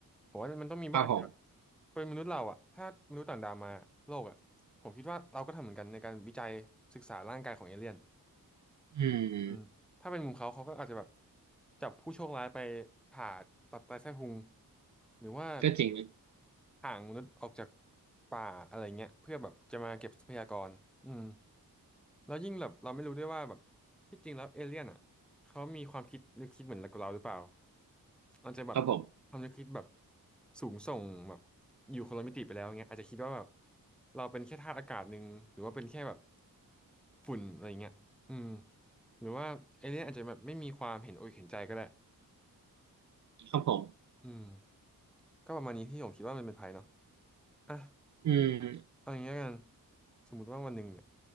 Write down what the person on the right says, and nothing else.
ครับผม
อืม
ก็จริงนะ
ครับผม
ครับผม
อืม